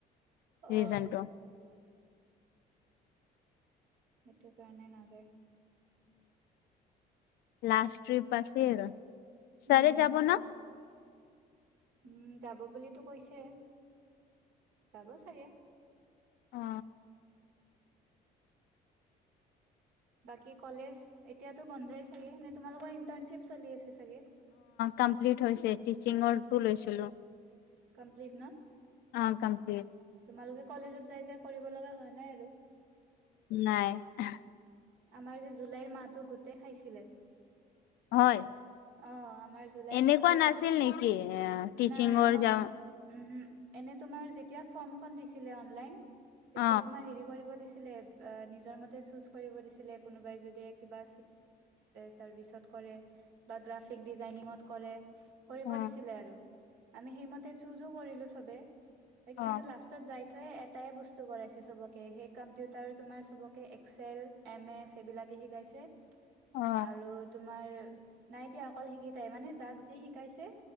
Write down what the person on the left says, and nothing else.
ৰিজনটো।
<inaudible> লাষ্টট্ৰিপ আছে আৰু ছাৰে
যাব না?
অ
কমপ্লিট হৈছে টিচিঙৰটো লৈছিলোঁ ।
অ কমপ্লীট। <unintelligible>
নাই ।
হয়
এনেকুৱা
নাছিল
নেকি এ টিচিঙৰ
যাওঁ
অ
অ
অ
অ